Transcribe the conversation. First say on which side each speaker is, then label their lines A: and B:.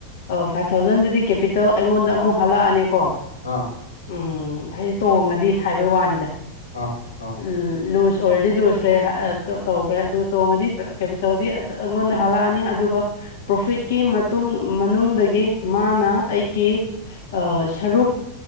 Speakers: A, on the left; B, on the left.
A: ꯑꯥ ꯐꯥꯏꯚ ꯊꯥꯎꯖꯟꯗꯨꯗꯤ ꯀꯦꯄꯤꯇꯦꯜ ꯑꯩꯉꯣꯟꯗ ꯑꯃꯨꯛ ꯍꯥꯜꯂꯛꯑꯅꯤꯀꯣ
B: ꯑꯥ꯫
A: ꯎꯝ ꯑꯩ ꯇꯣꯡꯉꯗꯤ ꯍꯥꯏꯕꯩ ꯋꯥꯅꯤꯗ
B: ꯑꯥ ꯑꯥ
A: ꯎꯝ ꯂꯨꯁ ꯑꯣꯏꯔꯗꯤ ꯂꯨꯖ ꯂꯩ ꯍꯥ ꯑꯥ ꯇ ꯇꯧꯒꯔꯦ ꯑꯗꯨ ꯇꯣꯡꯉꯗꯤ ꯀꯦꯄꯤꯇꯜꯗꯤ ꯑꯩꯉꯣꯟꯗ ꯍꯥꯜꯂꯛꯑꯅꯤ ꯑꯗꯨꯒ ꯄ꯭ꯔꯣꯐꯤꯠꯀꯤ ꯃꯇꯨꯡ ꯃꯅꯨꯡꯗꯒꯤ ꯃꯥꯅ ꯑꯩꯒꯤ ꯑꯣ ꯁꯔꯨꯛ